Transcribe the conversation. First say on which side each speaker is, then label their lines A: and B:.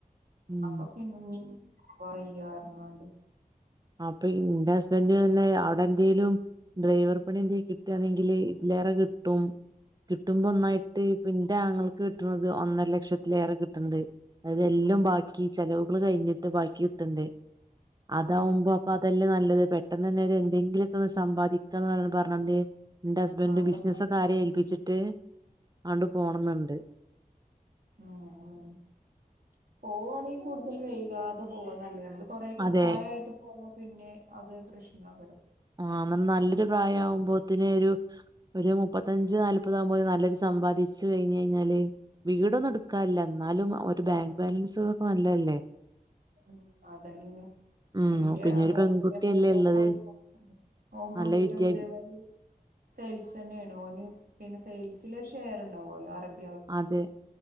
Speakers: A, on the right; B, on the right.
A: ഉം
B: അപ്പം പിന്നിം കോയ്യാർഞ്ഞ് ങ്ങാണ്ട്
A: അപ്പൊ ഇന്റെ ഹസ്ബൻഡ്നന്നെ അവിടെ എന്തേലും ഡ്രൈവർ പണി എന്തെ കിട്ട്ആണെങ്കില് ഇതിലേറെ കിട്ടും. കിട്ടുമ്പൊന്നായിട്ട് പിൻ്റാങ്ങൾക്ക് കിട്ട്ണത് ഒന്നര ലക്ഷത്തിലേറെ കിട്ട്ണ്ട് അതെല്ലാം ബാക്കി ചെലവുകള് കഴിഞ്ഞിട്ട് ബാക്കി കിട്ടണ്ടെ താവുമ്പോ
B: ഉം
A: അപ്പൊ അതല്ലേ നല്ലത്. പെട്ടെന്നന്നെ ഒര് ന്തെങ്കിലൊക്കൊന്ന് സമ്പാദിക്കാന്ന് പറഞ്ഞ പറഞ്ഞന്ത് എന്റെ ഹസ്ബന്റ്
B: അതൊക്കെ
A: ബിസ്നസക്കെ ആരെ ഏൽപ്പിച്ചിട്ട് അണ്ട് പോണംന്നുണ്ട്.
B: ആ, ആ പോവ്വാണെങ്കിൽ കൂടുതൽ വൈകാതെ പോവന്നല്ലേ നല്ലത് കൊറക്ക
A: അതെ
B: പ്രായയിട്ട് പോവ പിന്നെ അത് പ്രശ്നകരും.
A: ആ ന നല്ലൊരു പ്രായ ആവുമ്പോത്തിനെ ഒരു ഒരു മുപ്പത്തഞ്ച് നാല്പതാകുമ്പോത്തിന് നല്ലൊരു സമ്പാദിച്ചു കഴിഞ്ഞ് കഴിഞ്ഞാല് വീടൊന്നും എട്ക്കാല്ലന്നാലും ഒരു ബാങ്ക് ബാലൻസൊക്കെ നല്ലല്ലേ.
B: ഉം അതന്നെണ്
A: ഉം
B: എന്റെ
A: പിന്നെ ഒരു
B: <unintelligible>
A: പെൺകുട്ടിയല്ലേ ഉള്ളത്
B: ഓംപോയിട്ട്
A: നല്ല വിദ്യാഭ്യാ
B: തേ മാതിരി സെയിൽസ് തന്നെയാണ് ഓന് പിന്നെ സെൽസില് ഒരു ഷെയർ ഇണ്ടാവെല്ലോ അറബ
A: അതെ